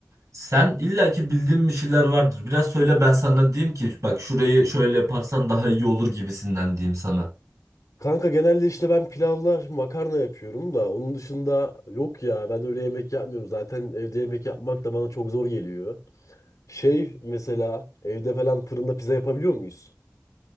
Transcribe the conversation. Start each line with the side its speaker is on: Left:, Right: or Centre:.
Right: Sen illaki bildiğin bir şeyler vardır. Biraz söyle ben sana diyeyim ki bak şurayı şöyle yaparsan daha iyi olur gibisinden diyeyim sana.
Left: Kanka genelde işte ben pilavla makarna yapıyorum da onun dışında yok ya ben öyle yemek yapmıyorum. Zaten evde yemek yapmak da bana çok zor geliyor. Şey mesela evde falan fırında pizza yapabiliyor muyuz?